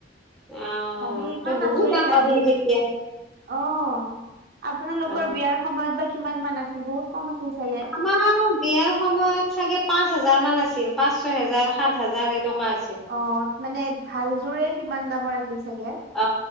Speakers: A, in the centre; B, on the right.
A: অ
B: ভাবি ইমান
A: ত' বহুত
B: আচৰিত
A: দাম
B: লাগিল
A: বাঢ়িল
B: অ
A: এতিয়া
B: আপোনালোকৰ
A: অ
B: বিয়াৰ সময়ত বা কিমান মান আছিল বহুত কম আছিল চাগে
A: আমাৰ বিয়াৰ সময়ত চাগে পাঁচ হাজাৰ মান আছিল পাঁচ ছয় হোজাৰ সাত হাজাৰ এনেকুৱা আছিল
B: অ মানে ভালযোৰে কিমান দামৰ আছিল চাগে
A: অ